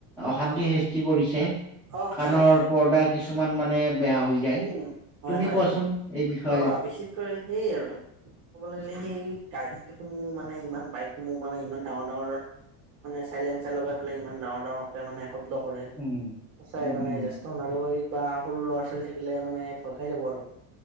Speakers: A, in the centre; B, on the right.
A: অশান্তি
B: হয়,
A: সৃষ্টি কৰিছে
B: অ', আছে,
A: কাণৰ
B: আছে,
A: পৰ্দা কিছুমান মানে বেয়া হৈ যায়।
B: উম, হয়,
A: তুমি
B: হয়,
A: কোৱাচোন? এই বিষয়ে অলপ
B: অ', বিশেষকৈ সেই আৰু। ক'বলৈ গ'লে সেই গাড়ীসমূহ মানে ইমান বাইকসমূহ মানে ইমান ডাঙৰ ডাঙৰ মানে চাইলেঞ্চাৰ লগাই ফালে ইমান ডাঙৰ ডাঙৰকে মানে শব্দ কৰে
A: উম
B: সঁচাই
A: উম
B: মানে
A: উম
B: জে- জেষ্ঠ নাগৰিক বা সৰু ল'ৰা ছোৱালী থাকিলে মানে ভয় খাই যাব আৰু।